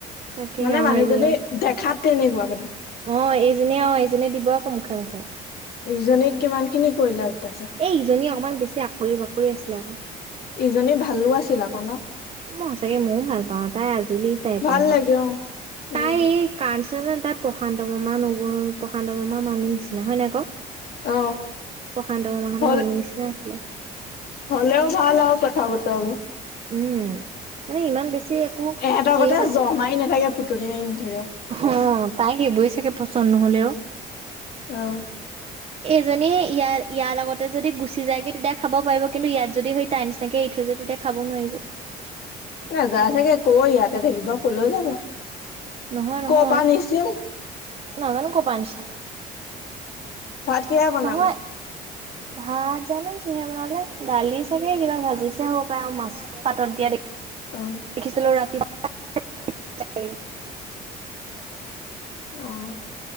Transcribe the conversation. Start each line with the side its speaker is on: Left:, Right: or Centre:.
Right: তাকে
Left: মানে
Right: অ'
Left: মানুহজনী
Right: এইজনক
Left: দেখাত তেনেকোৱা মানে
Right: অ এইজনীয়ে অ এইজনীয়ে দিব আকৌ মুখে মুখে
Left: ইজনীক কিমান খিনি কৰিলা অত্যাচা?
Right: এই ইজনী অকমান বেছি আকৰি বাকৰি আছিলে আকো।
Left: ইজনী ভালো আছিল আকৌ ন'?
Right: ম সচাকে মও ভাল পাওঁ। তাই আজুলি টাইপৰহে।
Left: ভাল লাগে অ উম
Right: তাই এই কাৰণ <unintelligible> তাই প্ৰশান্ত মামা নগল। প্ৰশান্ত মামা মামী নিচিনা হয় নাই ক?
Left: অ
Right: প্ৰশান্ত মামাহত
Left: হল
Right: মামী নিচিনা আছিলে।
Left: হলেও ভাল আৰু কথা বতৰাবো।
Right: উম, মানে ইমান বেছি একো
Left: এহেত
Right: হেৰিও
Left: গতে
Right: নাছিল
Left: জহ মাৰি নাথাকে ফুটনি মাৰি নেথাকে।
Right: অ', তাই সেইবোৰে চাগে পচন্দ নহলেও।
Left: অ।
Right: এইজনী ইয়াৰ ইয়াৰ লগতে যদি গুচি যায় কে তেতিয়া খাব পাৰিব কিন্তু ইয়াত যদি তাই নিচিনাকে এৰি থৈ যদি তাই খাব নোৱাৰিব।
Left: নাযায় চাগে আকৌ ইয়াতে থাকিব, কলেও যাব।
Right: নহয় নহয়,
Left: ক' পৰা নিছিল
Right: নাজানো কপা আনিছে।
Left: ভাত কিহে বনালা?
Right: নহয় ভাত জানো কিহে বনালে, দালি চাগে কিবা ভাজিছে হ'ব পাৰে আৰু মাছ পাতত দিয়া দে
Left: অ
Right: দেখিছিলো ৰাতি <unintelligible>
Left: অ'